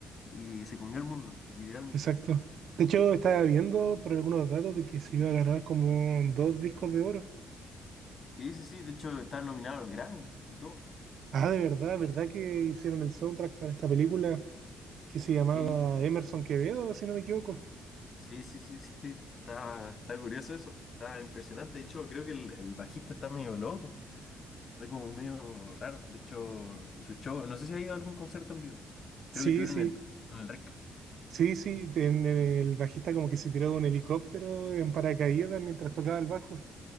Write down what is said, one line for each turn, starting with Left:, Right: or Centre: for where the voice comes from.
Left: y se comió el mundo, literalmente.
Right: Exacto. De hecho, estaba viendo por algunos datos de que se iba a ganar como dos discos de oro.
Left: Sí, sí, sí, de hecho está nominado a los Grammy y todo.
Right: Ah, de verdad, ¿verdad que hicieron el soundtrack para esta película que se llamaba
Left: Sí,
Right: Emerson Quevedo, si no me equivoco?
Left: sí, sí, sí, <laughs> sí. Está, está curioso eso, está impresionante. De hecho, creo que el, el bajista está medio loco, está como medio raro. De hecho, su show, no sé si ha ido a algún concierto en vivo. Creo
Right: Sí,
Left: que estuvieron
Right: sí,
Left: en el, en el REC.
Right: sí, sí. En el bajista como que se tiró de un helicóptero en paracaídas mientras tocaba el bajo.